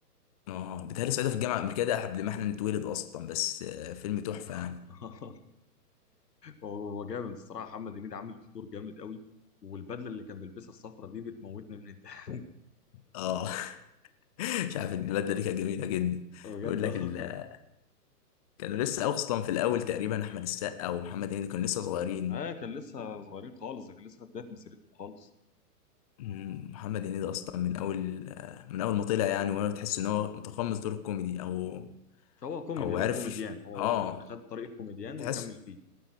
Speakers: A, on the left; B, on the left.
A: اه بيتهيألي صعيدي في الجامعه الامريكيه ده قبل ما احنا نتولد اصلا بس آه، فيلم تحفه
B: <laughs>
A: يعني
B: هو هو جامد الصراحه محمد هنيدي عامل فيه دور جامد قوي والبدله اللي كان بيلبسها الصفرة دي بتموتني من الضحك
A: اه <laughs> مش عارف البلد دي كانت جميله جدا
B: <laughs> بجد
A: بيقول لك
B: اه
A: ال- كانوا لسه اصلا في الاول تقريبا احمد السقا ومحمد هنيدي كانوا لسه صغيرين
B: آه، كان لسه صغيرين خالص ده كان لسه في بدايه مسيرته خالص
A: مم، محمد هنيدي اصلا من اول آه، من اول ما طلع يعني وانا تحس ان هو متقمص دور الكوميدي او
B: هو كوميدي
A: او
B: هو
A: عارف
B: كوميديان
A: يش-
B: هو
A: اه
B: واخد خد طريق الكوميديان
A: تحس
B: وكمل فيه